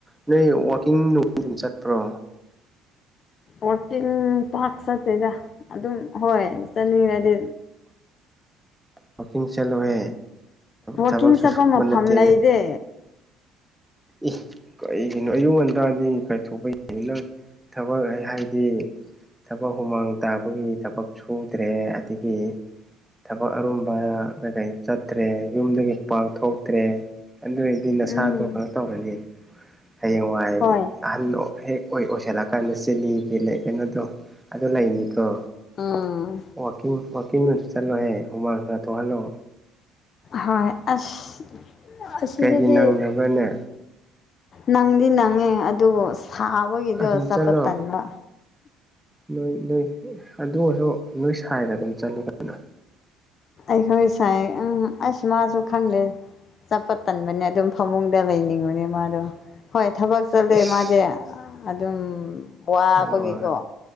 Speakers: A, in the centre; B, on the left (about 50°).
A: ꯅꯣꯏ ꯋꯥꯋꯥꯛꯀꯤꯡ ꯑꯗꯨꯝ ꯆꯠꯄ꯭ꯔꯣ
B: ꯋꯥꯇꯤꯡ ꯄꯥꯥꯛꯁꯇꯦꯗ ꯑꯗꯨꯝ ꯍꯣꯏ ꯆꯅꯤꯗꯤ
A: ꯋꯥꯋꯀꯤꯡ ꯆꯠꯂꯨꯍꯦ
B: ꯋꯥꯛꯀꯤꯡ
A: ꯊꯕꯛꯁꯨ
B: ꯆꯠꯄ
A: ꯁꯨꯕ
B: ꯃꯐꯝ
A: ꯅꯠꯇꯦ
B: ꯂꯩꯗꯦ
A: ꯏ ꯀꯩꯒꯤꯅꯣ ꯑꯌꯨꯛ ꯉꯟꯇꯥꯗꯤ ꯀꯥꯏꯊꯣꯛꯄ ꯌꯥꯏꯅꯤ ꯅꯪ ꯊꯕꯛ ꯍꯥꯏꯗꯤ ꯊꯕꯛ ꯍꯨꯃꯥꯡ ꯇꯥꯕꯒꯤ ꯊꯕꯛ ꯁꯨꯗ꯭ꯔꯦ ꯑꯗꯒꯤ ꯊꯕꯛ ꯑꯔꯨꯝꯕ ꯀꯩꯀꯩ ꯆꯠꯇ꯭ꯔꯦ ꯌꯨꯝꯗꯒꯤ ꯄꯥꯛ ꯊꯣꯛꯇ꯭ꯔꯦ ꯑꯗꯨ ꯑꯣꯏꯔꯗꯤ ꯅꯁꯥꯗꯣ
B: ꯎꯝ
A: ꯀꯩꯅꯣ ꯇꯧꯔꯅꯤ ꯍꯌꯦꯡꯋꯥꯏ
B: ꯍꯣꯏ
A: ꯑꯍꯟ ꯍꯦꯛ ꯑꯣꯏ ꯑꯣꯏꯁꯜꯂꯀꯥꯟꯗ ꯆꯤꯂꯤꯒꯤ ꯀꯩꯅꯣꯗꯣ ꯑꯗꯨ ꯂꯩꯅꯤ ꯑꯣ
B: ꯎꯝ
A: ꯋꯥꯋꯥꯛꯀꯤꯡ ꯋꯥꯋꯥꯛꯀꯤꯡ ꯂꯣꯝꯁꯨ ꯆꯠꯂꯣꯍꯦ ꯍꯨꯃꯥꯡ ꯈꯔ ꯊꯣꯛꯍꯜꯂꯣ
B: ꯍꯣꯏ ꯑꯁ ꯑꯁꯤꯗꯗꯤ
A: ꯀꯩꯒꯤ ꯅꯪꯗꯕꯅ
B: ꯅꯪꯗꯤ ꯅꯪꯉꯦ ꯑꯗꯨꯕꯨ ꯁꯥꯕꯒꯤꯗꯣ
A: ꯑꯗꯨꯝ
B: ꯆꯠꯄ
A: ꯆꯠꯂꯣ
B: ꯇꯟꯕ
A: ꯅꯣꯏ ꯅꯣꯏ ꯑꯗꯨ ꯑꯣꯏꯔꯁꯨ ꯅꯣꯏ ꯁꯥꯏꯒ ꯑꯗꯨꯝ ꯆꯠꯂꯅ
B: ꯏꯁꯥꯏ ꯎꯝ ꯑꯁꯨ ꯃꯥꯁꯨ ꯈꯪꯂꯦ ꯆꯠꯄ ꯇꯟꯕꯅꯦ ꯑꯗꯨꯝ ꯐꯃꯨꯡꯗ ꯂꯩꯅꯤꯡꯕꯅꯦ ꯃꯥꯗꯣ ꯍꯣꯏ ꯊꯕꯛ ꯆꯠꯂꯦ
A: ꯏꯁ
B: ꯃꯥꯗꯤ ꯑꯗꯨꯝ ꯋꯥꯕꯒꯤꯀꯣ
A: ꯍꯣꯏ